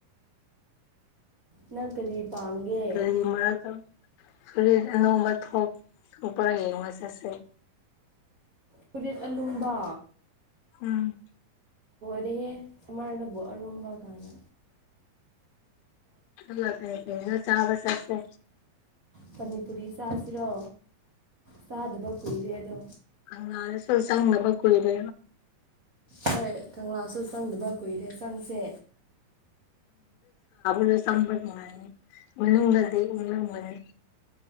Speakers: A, on the right; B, on the left.
A: ꯅꯪ ꯀꯔꯤ ꯄꯥꯝꯒꯦ
B: ꯔꯤꯒꯤ ꯃ ꯀ ꯐꯨꯔꯤ ꯑ ꯅꯣꯡꯝꯕ ꯊꯣꯛ ꯄꯨꯔꯥ ꯌꯦꯡꯕ ꯆꯠꯁꯩ
A: ꯐꯨꯔꯤꯠ ꯑꯂꯨꯝꯕ
B: ꯎꯝ
A: ꯔꯦ ꯁꯃꯥꯥꯟꯂꯕꯨꯣ ꯑꯔꯨꯝꯕ ꯀꯅ
B: ꯍꯄ ꯅ ꯆꯥꯕꯁꯁꯦ
A: ꯄꯅꯤꯄꯨꯔꯤ ꯆꯥꯁꯤꯔꯣ ꯆꯥꯗꯕ ꯀꯨꯏꯔꯦ ꯑꯗꯣ
B: ꯍꯪꯉ ꯆ ꯆꯪꯅꯕ ꯀꯨꯏꯕ
A: ꯍꯣꯏ ꯀꯪꯂꯥꯁꯨ ꯆꯪꯗꯕ ꯀꯨꯏꯔꯦ ꯆꯪꯁꯦ
B: ꯁꯥꯦ ꯁꯝꯕ ꯃꯅꯨꯡꯗꯗꯤ ꯃꯅꯨꯡꯗꯒꯅꯤ